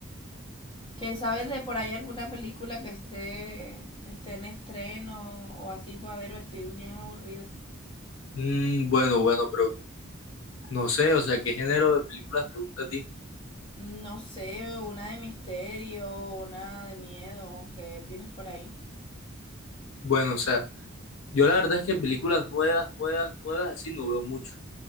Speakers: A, on the left; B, on the left.
A: ¿Que sabes de por ahí alguna película que esté, esté en estreno o así? para ver, estoy bien aburrida.
B: Mm, bueno, bueno, pero no sé, o sea, ¿qué género de películas te gusta a ti?
A: No sé, una de misterio, una de miedo que tienes por ahí.
B: Bueno, o sea, yo la verdad es que películas nuevas, nuevas, nuevas, así no veo mucho.